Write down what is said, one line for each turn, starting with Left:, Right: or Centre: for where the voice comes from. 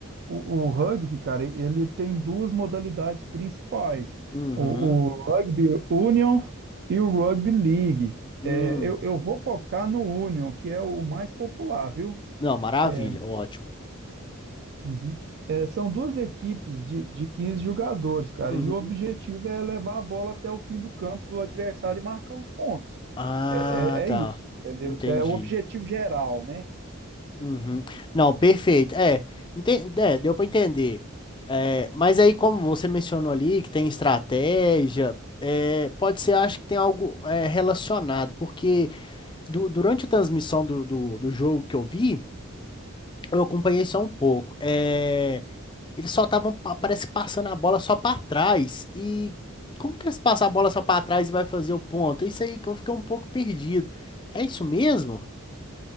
Right: o, o rugby, cara, ele tem duas modalidades principais:
Left: Uhum.
Right: o, o Rugby Union e o Rugby League.
Left: Hum.
Right: É, eu, eu vou focar no Union, que é o mais popular, viu?
Left: Não, maravilha,
Right: É,
Left: ótimo.
Right: uhum. É, são duas equipes de, de 15 jogadores, cara,
Left: Uhum.
Right: e o objetivo é levar a bola até o fim do campo do adversário e marcar os pontos.
Left: Ah,
Right: É, é,
Left: tá.
Right: é isso, entendeu?
Left: Entendi.
Right: Isso é o objetivo geral, né?
Left: Uhum. Não, perfeito. É, enten- é, deu pra entender. É, mas aí, como você mencionou ali, que tem estratégia, é, pode ser, acho que tem algo é, relacionado, porque. du- durante a transmissão do, do, do jogo que eu vi, eu acompanhei só um pouco. É, eles só estavam, pa- parece, passando a bola só pra trás. E como que eles passam a bola só pra trás e vai fazer o ponto? Isso aí que eu fiquei um pouco perdido. É isso mesmo?